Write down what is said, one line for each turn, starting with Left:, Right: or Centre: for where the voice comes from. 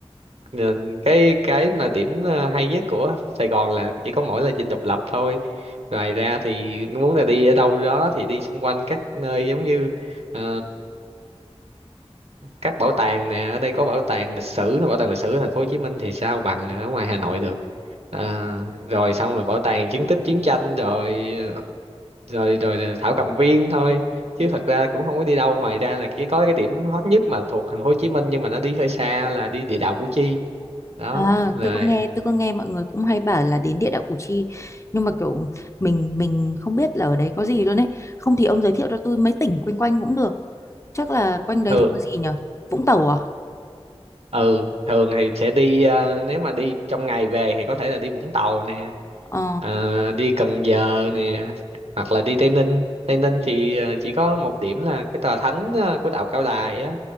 Right: ờ, cái cái mà điểm ờ, hay nhất của Sài Gòn là chỉ có mỗi là Dinh Độc Lập thôi ngoài ra thì muốn là đi ở đâu đó thì đi xung quanh các nơi giống như ờ, các bảo tàng nè ở đây có bảo tàng lịch sử bảo tàng lịch sử ở thành phố Hồ Chí Minh thì sao bằng ở ngoài Hà Nội được Ờ, rồi xong rồi bảo tàng chứng tích chiến tranh rồi rồi rồi rồi thảo cầm viên thôi chứ thật ra cũng không có đi đâu ngoài ra là cái có cái điểm hot nhất mà thuộc thành phố Hồ Chí Minh nhưng mà nó đi hơi xa là đi địa đạo Củ Chi đó
Left: À,
Right: rồi
Left: tôi có nghe tôi có nghe mọi người cũng hay bảo là đến địa đạo Củ Chi nhưng mà kiểu mình mình không biết là ở đấy có gì luôn ấy không thì ông giới thiệu cho tôi mấy tỉnh quanh quanh cũng được chắc là quanh đấy
Right: thường
Left: thì có gì nhở Vũng Tàu à
Right: ừ thường thì sẽ đi ờ, nếu mà đi trong ngày về thì có thể là đi Vũng Tàu nè
Left: ờ
Right: Ờ, đi Cần Giờ nè hoặc là đi Tây Ninh Tây Ninh thì ờ, chỉ có một điểm là cái tòa thánh ờ, của đạo Cao Đài á